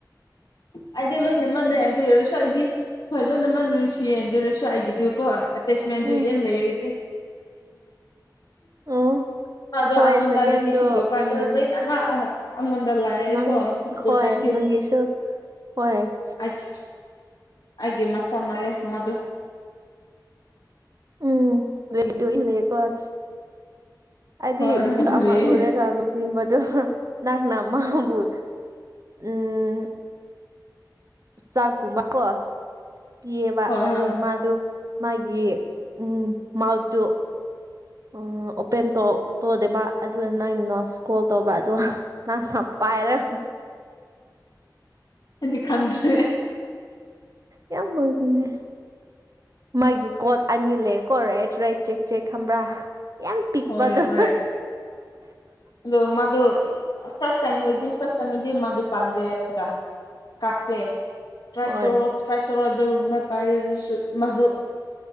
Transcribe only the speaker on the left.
ꯑꯩꯗꯤ ꯂꯣꯏꯅ ꯃꯛꯅꯩ ꯑꯗꯨ ꯑꯣꯏꯔꯁꯨ ꯑꯩꯗꯤ ꯍꯣꯏ ꯂꯣꯏꯅꯃꯛ ꯅꯨꯡꯟꯁꯤꯌꯦ ꯑꯗꯨ ꯑꯣꯏꯔꯁꯨꯀꯣ ꯑꯩꯒꯤꯗꯨꯀꯣ ꯇꯦꯁꯃꯦꯟꯗꯨ
ꯌꯥꯝ ꯂꯩꯔꯗꯤ <inaudible>
ꯃꯥꯗꯣ
ꯑꯉꯣꯟꯗ
<inaudible>
ꯂꯣꯏꯅꯃꯛ ꯑꯉꯣꯟꯗ ꯂꯥꯛꯑꯦꯀꯣ
ꯑꯗꯨꯅꯗꯤ
ꯑꯩꯒꯤ ꯑꯩꯒꯤ ꯃꯆꯥ ꯃꯜꯂꯦ ꯃꯥꯗꯨ
ꯍꯣꯏ
ꯍꯣꯏ
ꯂꯩꯌꯦ
ꯍꯣꯏ
ꯍꯣꯏ
ꯑꯩꯗꯤ ꯈꯪꯗ꯭ꯔꯦ
ꯍꯣꯏ ꯍꯣꯏ
ꯑꯗꯣ ꯃꯥꯗꯣ ꯐꯥꯔꯁ <inaudible> ꯃꯥꯗꯨ ꯄꯥꯟꯗꯦꯔꯒ ꯀꯥꯞꯄꯦ ꯇ꯭ꯔꯥꯏ
ꯇꯧꯔꯣ ꯇ꯭ꯔꯥꯏ ꯇꯧꯔꯣ ꯑꯗꯨꯒꯨꯝꯕ <inaudible> ꯃꯗꯨ